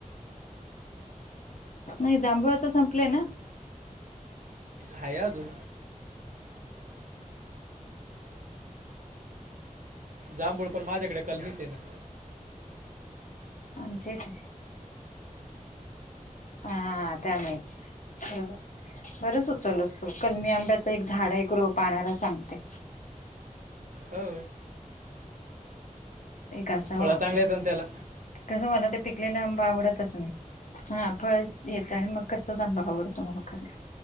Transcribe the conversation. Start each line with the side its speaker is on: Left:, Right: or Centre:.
Left: नाही, जांभूळ आता संपलंय ना.
Right: हाय अजून. जांभळ पण, माझ्याकडे कलमीच आहेत. <inaudible>
Left: आमचे इथे, हा त्यामुळे. बरोबर, बरं सुचवलंस. कलमी आंब्याच एक झाड आहे. एक रोप आणायला सांगते.
Right: हो,
Left: एक असावं
Right: फळ
Left: आपलं
Right: चांगले येतात त्याला.
Left: कसं, मला ते पिकलेला आंबा आवडतच नाही. हा फळ येत आणि मग कच्चाच आंबा आवडतो मला खरं.